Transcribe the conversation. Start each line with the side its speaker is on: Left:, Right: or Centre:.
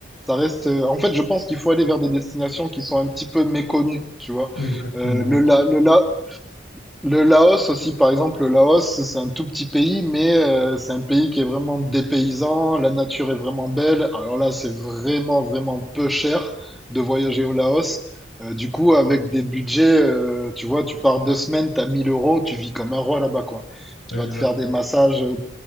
Centre: ça reste. euh, en fait, je pense qu'il faut aller vers des destinations qui sont un petit peu méconnues, tu vois.
Left: Exactement,
Centre: Euh, le,
Left: non,
Centre: la-
Left: c'est sûr.
Centre: le, la- le Laos aussi, par exemple, le Laos, c'est un tout petit pays, mais euh, c'est un pays qui est vraiment dépaysant, la nature est vraiment belle. Alors là, c'est vraiment, vraiment peu cher de voyager au Laos. Euh, du coup, avec des budgets, euh, tu vois, tu pars deux semaines, t'as 1000 euros, tu vis comme un roi là-bas, quoi. Tu
Left: Exactement.
Centre: vas te faire des massages, euh,